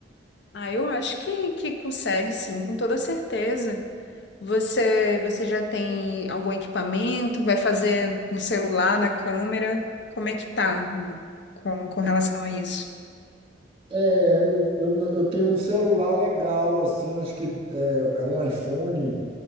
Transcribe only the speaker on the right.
É, eu, eu, não- eu tenho um celular legal, assim, acho que é, é um iPhone